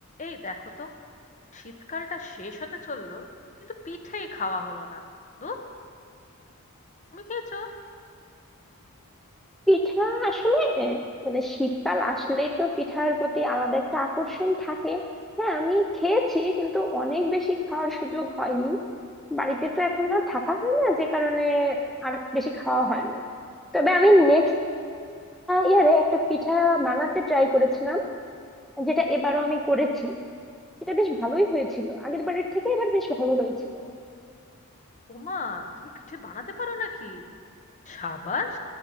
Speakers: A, on the left (about 35°); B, in the centre.
A: এই দেখো তো শীতকালটা শেষ হতে চললো কিন্তু পিঠেই খাওয়া হলো না ধুর তুমি খেয়েছো
B: পিঠা আসলে আহ, মানে শীতকাল আসলেই তো পিঠার প্রতি আলাদা একটা আকর্ষণ থাকে হ্যাঁ আমি খেয়েছি কিন্তু অনেক বেশি খাওয়ার সুযোগ হয়নি বাড়িতে তো এখন আর থাকা হয় না যে কারণে আর বেশি খাওয়া হয়নি তবে আমি নেক্সট ইয়ারে একটা পিঠা বানাতে ট্রাই করেছিলাম যেটা এবারও আমি করেছি এটা বেশ ভালোই হয়েছিল আগের বারের থেকে এবার বেশ ভালো হয়েছিল
A: ওমা তুমি পিঠে বানাতে পারো নাকি সাবাস